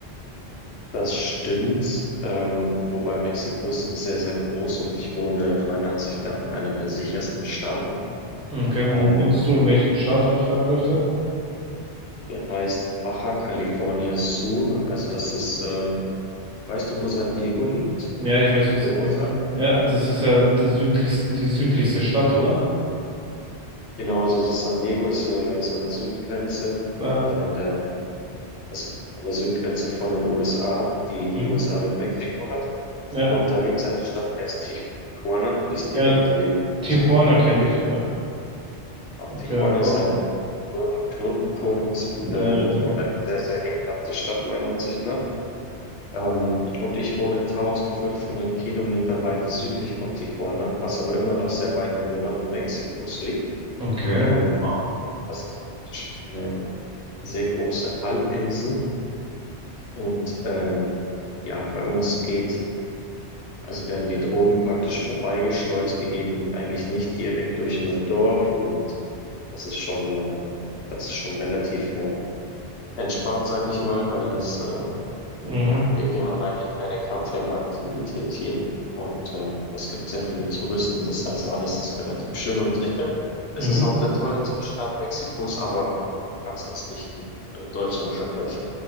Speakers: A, on the left (about 80°); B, in the centre.
A: Das stimmt, ähm, wobei Mexiko ist sehr, sehr groß und ich wohne meiner Ansicht nach in einem der sichersten Staaten.
B: Okay,
A: Ähm,
B: wo wohnst du, in welchem Staat, wenn ich fragen dürfte?
A: der heißt Baja California Sur. Also das ist, ähm, weißt du, wo San Diego liegt?
B: Ja, ich weiß,
A: In
B: was
A: den
B: an
A: USA.
B: dir liegt. Ja, das ist ja der südlichste, die südlichste Stadt, oder?
A: Genau, also San Diego ist, äh, ist an der Südgrenze,
B: Ja,
A: äh, an der, also an der Südgrenze von den USA, die die
B: mhm.
A: USA mit Mexiko hat.
B: Ja,
A: Und da gibt es eine Stadt, die heißt Tijuana, die ist
B: ja,
A: direkt daneben. Also
B: Tijuana kenne
A: genau.
B: ich. ja.
A: Äh, Tijuana
B: Ja, ob-
A: ist ein drögen Knotenpunkt
B: ja,
A: ähm,
B: genau.
A: und eine sehr, sehr ekelhafte Stadt meiner Ansicht nach. Ähm, und ich wohne 1500 Kilometer weiter südlich von Tijuana, was aber immer noch sehr weit im Norden Mexikos liegt.
B: Okay.
A: Ähm,
B: Ah.
A: das ist praktisch eine sehr große Halbinsel und ähm, ja, bei uns geht, also werden die Drogen praktisch vorbeigeschleust, die gehen eigentlich nicht direkt durch mein Dorf und das ist schon, äh, das ist schon relativ äh, entspannt, sag ich mal, weil das, äh,
B: Mhm,
A: ja, wir, wir haben eigentlich keine Kartellaktivität hier. Und ähm, es gibt sehr viele Touristen, das heißt, alles ist relativ schön und sicher. Es
B: mhm.
A: ist auch der teuerste Staat Mexikos, aber du kannst das nicht mit äh, Deutschland vergleichen.